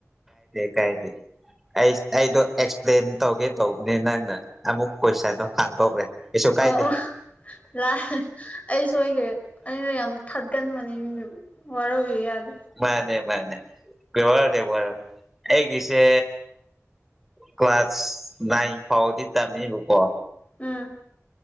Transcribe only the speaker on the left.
ꯑꯣ
ꯑꯣ ꯂꯥ ꯑꯩꯁꯣꯏꯒ꯭ꯔꯦ ꯑꯩꯅ ꯌꯥꯝ ꯊꯘꯟꯕꯅꯦ ꯃꯤ ꯋꯥꯔꯧꯕꯤꯕ ꯌꯥꯗꯦ
ꯎꯪ